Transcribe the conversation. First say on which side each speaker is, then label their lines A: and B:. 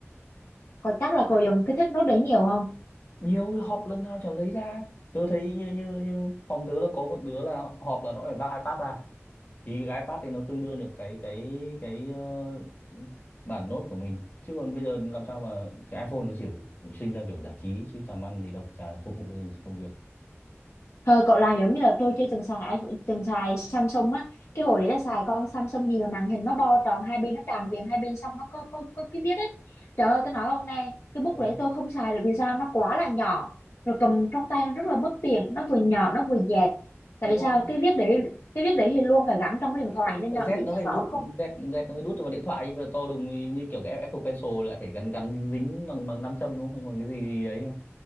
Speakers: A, on the left; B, on the left.
A: cậu chắc là cậu dùng cái thích nốt đấy nhiều không
B: nhiều họp lần nào chẳng lấy ra tớ thấy như như như phòng tớ là có một đứa là họp là nó phải vác iPad ra thì cái iPad thì nó tương đương được cái cái cái ờ, bản nốt của mình chứ còn bây giờ làm sao mà cái iPhone nó chỉ sinh ra kiểu giải trí chứ làm ăn gì đâu chả phục vụ gì công việc
A: thôi cậu làm giống như là tôi chưa từng xài iPhone- từng xài Samsung á cái hồi đấy là xài con Samsung gì mà màn hình nó bo tròn hai bên nó tràn viền hai bên xong nó có có có cái viết ấy trời ơi tôi nói ông này cái bút
B: ừ,
A: đấy tôi không xài được vì sao nó quá là nhỏ rồi cầm trong tay nó rất là bất tiện nó vừa nhỏ nó vừa dẹt tại
B: đúng
A: vì
B: rồi
A: sao
B: đó.
A: cái viết đấy cái viết đấy thì luôn phải gắn trong cái điện
B: Cái,
A: thoại
B: cái,
A: nên
B: cái
A: là
B: Z
A: dĩ nhiên
B: nó phải đút
A: nó không
B: Z, Z nó mới đút vào điện thoại nhưng mà to đùng thì như kiểu cái Apple Pencil lại phải gắn gắn dính dính bằng bằng nam châm đúng không hay bằng cái gì, gì đấy không